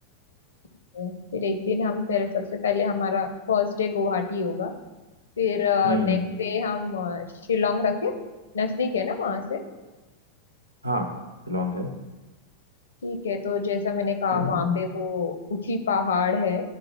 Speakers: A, on the left; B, on the right.
A: है। फिर एक दिन हम फिर सबसे पहले हमारा फर्स्ट डे गुवाहाटी होगा फिर
B: हम्म
A: नेक्स्ट डे हम अ, शिलोंग रखे नजदीक है ना वहां से
B: हाँ शिलोंग है
A: ठीक है तो जैसा मैंने कहा
B: शिलोंग
A: वहां पे वो ऊंची पहाड़ है